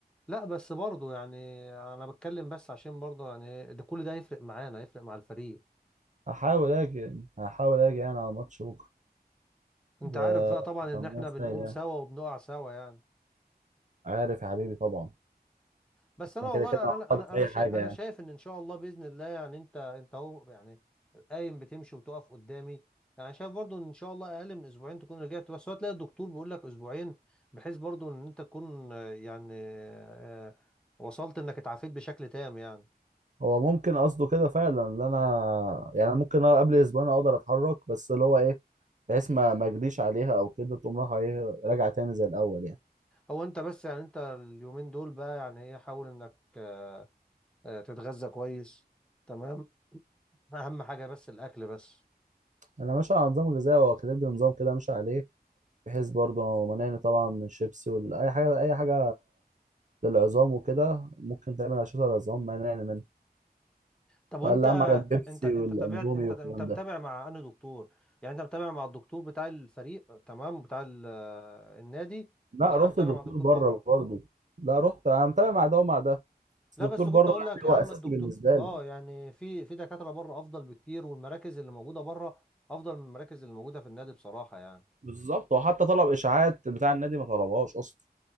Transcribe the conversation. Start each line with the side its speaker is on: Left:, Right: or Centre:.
Centre: لا بس برضو يعني انا بتكلم بس عشان برضو يعني إيه، ده كل ده يفرق معانا يفرق مع الفريق
Right: هحاول اجي يعني هحاول اجي يعني على الماتش بكره
Centre: انت
Right: و
Centre: عارف بقى طبعا ان
Right: ربنا
Centre: احنا
Right: يسهل
Centre: بنقوم
Right: يعني
Centre: سوا وبنقع سوا يعني
Right: عارف يا حبيبي طبعا
Centre: بس انا
Right: انا
Centre: والله
Right: كده كده
Centre: يعني
Right: هقعد
Centre: انا انا
Right: في
Centre: انا
Right: اي
Centre: شايف
Right: حاجه
Centre: انا
Right: يعني
Centre: شايف ان ان شاء الله باذن الله يعني انت انت اهو يعني قايم بتمشي وتقف قدامي يعني شايف برضو ان ان شاء الله اقل من اسبوعين تكون رجعت بس هو تلاقي الدكتور بيقول لك اسبوعين بحيث برضو ان انت تكون آه، يعني آه، وصلت انك اتعافيت بشكل تام يعني
Right: هو ممكن قصده كده فعلا ان انا يعني ممكن أنا قبل اسبوعين اقدر اتحرك بس اللي هو ايه بحيث ما ما اجريش عليها او كده تقوم رايحه ايه راجعه تاني زي الاول يعني
Centre: هو انت بس يعني انت اليومين دول بقى يعني ايه حاول انك آه، آه، تتغذى كويس تمام اهم حاجه بس الاكل بس
Right: انا ماشي على نظام غذائي واخد نظام كده ماشي عليه بحيث برضه مانعني طبعا من الشيبسي ولا اي حاجه اي حاجه للعظام وكده ممكن تعمل أشعة العظام ما نعمل منها
Centre: طب وانت
Right: وقال لي أهم حاجة البيبسي
Centre: انت انت
Right: والأندومي
Centre: تابعت انت
Right: والكلام
Centre: انت متابع
Right: ده
Centre: مع انهي دكتور يعني انت متابع مع الدكتور بتاع الفريق تمام بتاع ال- آه، النادي
Right: لا
Centre: ولا
Right: رحت
Centre: متابع
Right: دكتور
Centre: مع دكتور
Right: بره
Centre: بره
Right: برضه لا رحت أنا متابع مع ده ومع ده بس
Centre: لا
Right: دكتور
Centre: بس
Right: بره
Centre: كنت اقول
Right: يعني
Centre: لك يا
Right: هو
Centre: عم
Right: أساسي
Centre: الدكتور
Right: بالنسبة
Centre: اه
Right: لي
Centre: يعني في في دكاترة بره افضل بكتير والمراكز اللي موجودة بره افضل من المراكز اللي موجودة في النادي بصراحة يعني
Right: بالظبط وحتى طلب إشاعات بتاع النادي ما طلبهاش أصلا